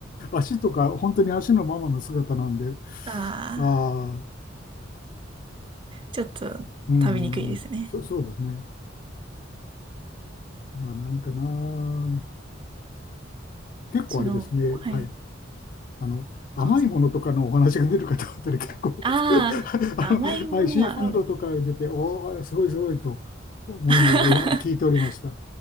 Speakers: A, on the left; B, on the right.
A: 足とか、本当に足のままの姿なんで、
B: ああ、
A: ああ、
B: ちょっと食べにくいですね。
A: うん、うんそ、そうですね。まあ、何かな。結構あれですね、
B: その、はい。
A: はい。あの、甘いものとかのお話が出る方あたり結構
B: ああ、そう。あ
A: <laughs> あの、
B: あ、甘いものは、
A: はい、シーフードとか出て、
B: うん。
A: おー、すごいすごいと思いながらいや聞いておりました。
B: <laughs>